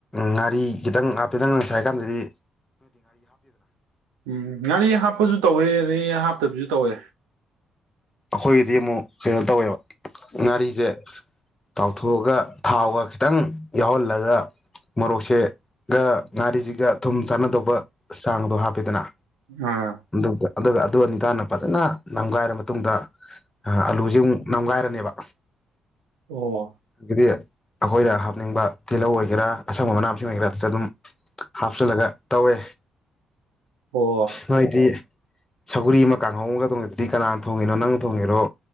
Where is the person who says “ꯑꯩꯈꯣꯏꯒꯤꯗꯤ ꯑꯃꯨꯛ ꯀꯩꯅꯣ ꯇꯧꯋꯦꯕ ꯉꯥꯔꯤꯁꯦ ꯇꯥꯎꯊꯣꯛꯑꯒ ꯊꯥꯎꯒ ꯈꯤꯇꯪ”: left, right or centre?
Left